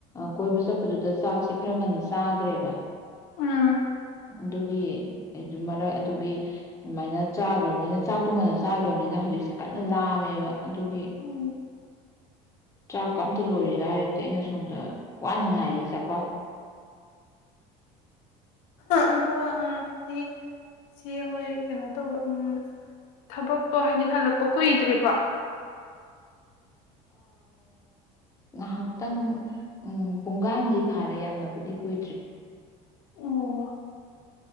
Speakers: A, on the left (about 20°); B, on the left (about 75°).
A: ꯀꯣꯏꯕ ꯆꯠꯄꯗꯨꯗ ꯆꯥꯛꯁꯦ ꯈꯔ ꯉꯟꯅ ꯆꯥꯈ꯭ꯔꯦꯕ
B: ꯑꯥ
A: ꯑꯗꯨꯒꯤ ꯑꯩ ꯃꯔꯛ ꯑꯗꯨꯒꯤ ꯑꯗꯨꯃꯥꯏꯅ ꯆꯥꯈ꯭ꯔꯕꯅꯤꯅ ꯆꯥꯛ ꯇꯣꯡꯉꯥꯟꯗ ꯆꯥꯈ꯭ꯔꯕꯅꯤꯅ ꯍꯧꯖꯤꯛꯁꯦ ꯀꯟꯅ ꯂꯥꯝꯃꯦꯕ ꯑꯗꯨꯒꯤ
B: ꯎꯝ
A: ꯆꯥꯛ ꯑꯝꯇ ꯂꯣꯏꯔꯦꯒ ꯍꯥꯏꯔꯛꯇꯤ ꯑꯩꯅ ꯁꯣꯝꯗ ꯋꯥꯅ ꯉꯥꯏꯔꯤ ꯆꯥꯄꯣ
B: ꯑꯗꯣ ꯍꯥꯏꯗꯤ ꯁꯤ ꯍꯣꯏ ꯀꯩꯅꯣ ꯇꯧꯕ ꯎꯝ ꯊꯕꯛꯇꯣ ꯍꯥꯏꯗꯤ ꯍꯜꯂꯛꯄ ꯀꯨꯏꯗ꯭ꯔꯤꯕ꯭ꯔꯣ
A: ꯉꯥꯏꯍꯥꯛꯇꯪ ꯄꯨꯡꯀꯥꯟꯥꯟꯗꯤ ꯐꯥꯔꯦ ꯌꯥꯝꯅꯕꯨꯗꯤ ꯀꯨꯏꯗ꯭ꯔꯦ
B: ꯑꯣ